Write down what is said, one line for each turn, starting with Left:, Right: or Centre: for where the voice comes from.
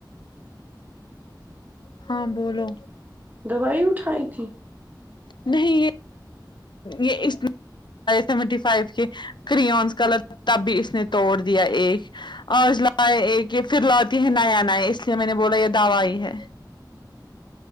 Left: ہاں بولو
Right: دوائی اٹھائی تھی
Left: نہیں یہ یہ اس فاںی سیونٹی فائیو کے کریونس کلر تب بھی اس نے توڑ دیا ایک آج لائے کہ پھر لاتی ہے نیا نیا اس لیے میں نے بولا یہ دواںی ہی ہے